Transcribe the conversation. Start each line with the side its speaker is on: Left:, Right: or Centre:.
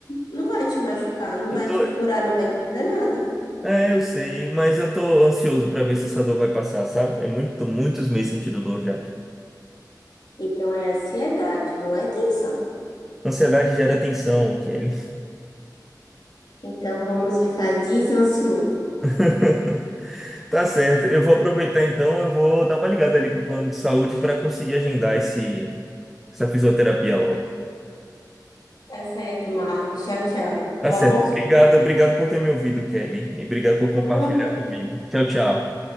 Left: não vai te machucar, não vai
Centre: tô,
Left: te furar, não vai te fazer nada.
Centre: É, eu sei, mas eu tô ansioso pra ver se essa dor vai passar, sabe? É muito, muitos meses sentindo dor já.
Left: Então é ansiedade, não é tensão.
Centre: Ansiedade gera tensão, Kelly.
Left: Então vamos ficar desansioso.
Centre: <laughs> Tá certo. Eu vou aproveitar então, eu vou dar uma ligada ali pro plano de saúde pra conseguir agendar esse essa fisioterapia logo.
Left: Tá certo, Marcos. Tchau, tchau.
Centre: Tá
Left: Boa
Centre: certo.
Left: consulta.
Centre: Obrigado, obrigado por ter me ouvido, Kelly, e obrigado por compartilhar
Left: Boa noite.
Centre: comigo. Tchau, tchau.